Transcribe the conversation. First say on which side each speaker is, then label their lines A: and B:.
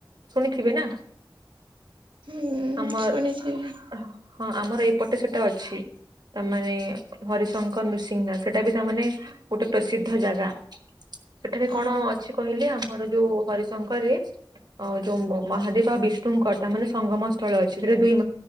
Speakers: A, on the right; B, on the right.
A: ଶୁଣିଥିବେ ନା?
B: ହୁଁ
A: ଆମର୍
B: ଶୁଣିଛି ବି
A: ଆ ହଁ ଆମର୍ ଏଇପଟେ ସେଟା ଅଛି। ତା ମାନେ ହରିଶଙ୍କର ନୃସିଂଗ୍ ନାଟ ସେଟା ବି ତାମାନେ ଗୋଟେ ପ୍ରସିଦ୍ଧ ଜାଗା। ସେଠାରେ କଣ
B: ଅ
A: ଅଛି କହିଲେ ଆମର ଯୋଉ ହରିଶଙ୍କରରେ ଅ ଯୋଉ ମ ମହାଦେବ ଆଉ ବିଷ୍ଣୁଙ୍କର ତାମାନେ ସଙ୍ଗମ ସ୍ତଳ ଅଛି ସେଠାରେ ଦୁଇ ମା